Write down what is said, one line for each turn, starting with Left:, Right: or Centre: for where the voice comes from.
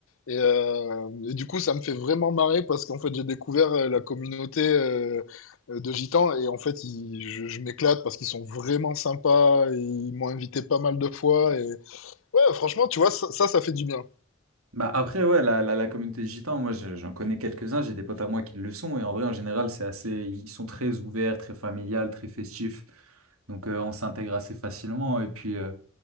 Left: Et, euh, et du coup, ça me fait vraiment marrer parce qu'en fait, j'ai découvert euh, la communauté euh, euh, de gitans et en fait, ils- je, je m'éclate parce qu'ils sont vraiment sympas, et ils m'ont invité pas mal de fois et ouais, franchement, tu vois, ça, ça, ça fait du bien.
Right: Bah après, ouais, la, la, la communauté gitane moi je- j'en connais quelques-uns, j'ai des potes à moi qui le sont, et en vrai, en général, c'est assez, ils sont très ouverts, très familial, très festifs, donc euh, on s'intègre assez facilement, et puis euh,